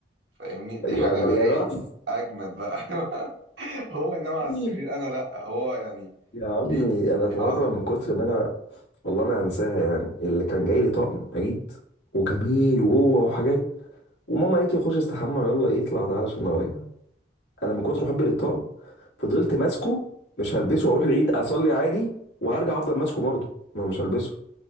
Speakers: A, on the right (about 75°); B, on the left (about 80°).
A: فاهمني دي
B: يا
A: حاجة بقى
B: يا
A: إيه
B: رأي
A: أجمد بقى <laughs> هو ينام على
B: <laughs>
A: السرير أنا لا هو يعني
B: يا عمي
A: ليه
B: انا
A: ليه
B: في مره
A: عظمة
B: من كتر ما انا والله ما هنساها يعني اللي كان جاي لي طقم عيد وجميل وجوه وحاجات وماما قالت لي خش استحمى يلا ايه اطلع تعالى عشان اغير انا من كتر حبي للطقم فضلت ماسكه مش هلبسه واروح العيد اصلي عادي وهرجع افضل ماسكه برضه ما مش هلبسه